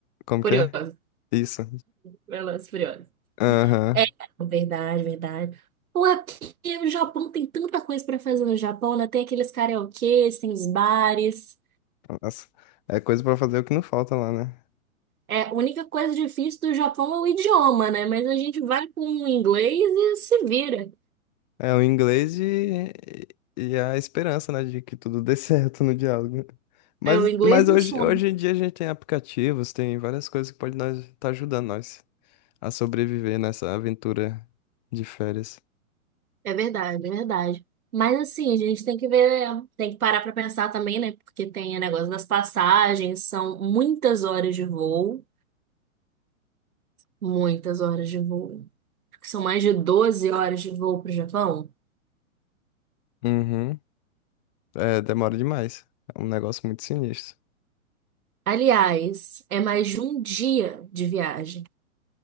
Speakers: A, on the left; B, on the right.
A: como
B: Curioso,
A: que é? Isso.
B: curioso, curioso.
A: Aham.
B: É, verdade, verdade. Pô, é porque o Japão tem tanta coisa pra fazer no Japão, né? Tem aqueles karaokês, tem os bares.
A: Nossa. É coisa pra fazer o que não falta lá, né?
B: É, a única coisa difícil do Japão é o idioma, né? Mas a gente vai com o inglês e se vira.
A: É o inglês e, e a esperança, né, de que tudo dê <laughs> certo no diálogo. Mas,
B: É, o inglês
A: mas
B: é
A: hoje,
B: um sonho.
A: hoje em dia a gente tem aplicativos, tem várias coisas que podem nós estar tá ajudando nós a sobreviver nessa aventura de férias.
B: É verdade, é verdade. Mas assim, a gente tem que ver, tem que parar pra pensar também, né? Porque tem o negócio das passagens, são muitas horas de voo, muitas horas de voo. Acho que São mais de 12 horas de voo pro Japão.
A: Uhum. É, demora demais. É um negócio muito sinistro.
B: Aliás, é mais de um dia de viagem,